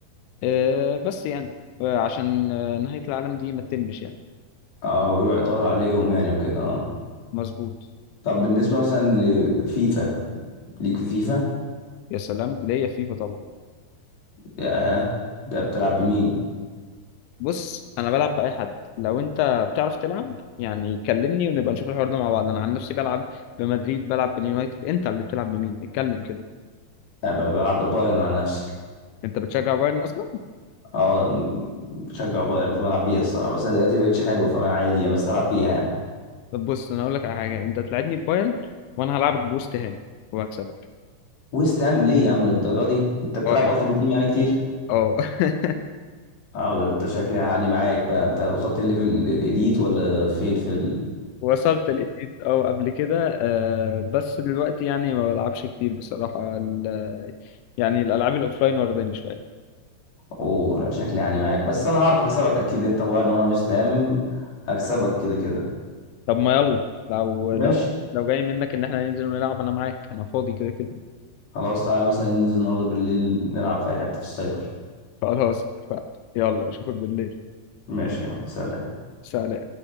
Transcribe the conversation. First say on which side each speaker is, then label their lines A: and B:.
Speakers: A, on the left; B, on the left.
A: آه بس يعني آه عشان آه نهايه العالم دي ما تتمش يعني
B: اه ويروح يدور عليهم يعني وكده اه
A: مظبوط
B: طب بالنسبة مثلا لفيفا ليك في فيفا
A: يا سلام ليا فيفا طبعا
B: يا ده بتلعب بمين؟
A: بص انا بلعب باي حد لو انت بتعرف تلعب يعني كلمني ونبقى نشوف الحوار ده مع بعض انا عن نفسي بلعب بمدريد بلعب باليونايتد انت اللي بتلعب بمين اتكلم كده
B: أنا ب- بلعب ببايرن على نفسي
A: انت بتشجع بايرن اصلا
B: اه أنا بشجع بايرن فبلعب بيها الصراحة بس أنا دلوقتي مبقتش حلوة فعادي يعني بس ألعب بيها يعني
A: طب بص انا اقول لك على حاجه انت تلعبني ببايرن وانا هلعبك بوست هام وهكسبك
B: ويست هام ليه يا عم للدرجة دي؟ أنت بتلعب
A: اه يعني
B: التيمت تيم يعني كتير؟
A: اه <laughs>
B: اه ده أنت شكلي يعني معاك بقى أنت وصلت الليفل الإليت ولا فين في ال
A: وصلت لقيت اه قبل كده آه بس دلوقتي يعني ما بلعبش كتير بصراحه ال- يعني الالعاب الاوفلاين واخداني شويه
B: اوه لا شكلي يعني معاك بس انا هعرف اكسبك اكيد انت بقى ان انا مستهم هكسبك كده كده
A: طب ما يلا لو لو
B: ماشي
A: لو جاي منك ان احنا ننزل نلعب انا معاك انا فاضي كده كده
B: خلاص تعالى مثلا ننزل النهارده بالليل نلعب في اي حته في السايبر
A: خلاص اتفقنا. يلا اشوفك بالليل
B: ماشي يلا سلام
A: سلام